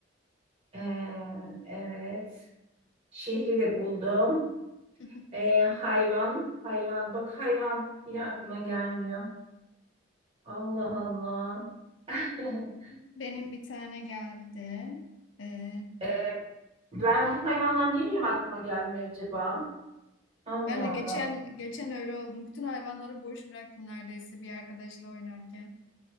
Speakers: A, on the right; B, on the left.
A: Ee, evet. Şehri de buldum.
B: <laughs>
A: Ee, hayvan, hayvan. Bak hayvan yine aklıma gelmiyor. Allah Allah. <laughs>
B: Benim bir tane geldi. Ee,
A: Ee, ben bu hayvanlar niye benim aklıma gelmiyor acaba? Allah
B: ben de
A: Allah.
B: geçen geçen öyle oldum. Bütün hayvanları boş bıraktım neredeyse bir arkadaşla oynarken.